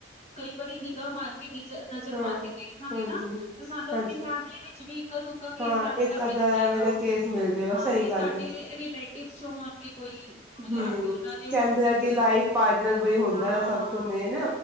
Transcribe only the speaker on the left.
ਕਈ ਵਾਰੀ ਨਿਗਾ ਮਾਰ ਕੇ ਨਜ਼ਰ
ਮਾਰ ਕੇ ਦੇਖਾਂਗੇ
ਨਾ। ਤਾਂ ਸਾਨੂੰ
ਆਪਣੀ ਫੈਮਿਲੀ ਵਿੱਚ ਵੀ ਇੱਕ -ਦੁ ਕੱਭੀ
ਸਹਿਬ ਇਹ
ਦਾ
ਮਿਲ ਜਾੇਗਾ
ਹਾਂ।
ਕਿ
ਸਾਡੇ
ਰਿਲੇ ਟਿਪਸ ਜੋ ਹੋਣਗੇ ਕੋਈ ਮਤਲਬ <unintelligible>
ਹੋਣਗੇ
ਕੋਈ
ਹਾਂ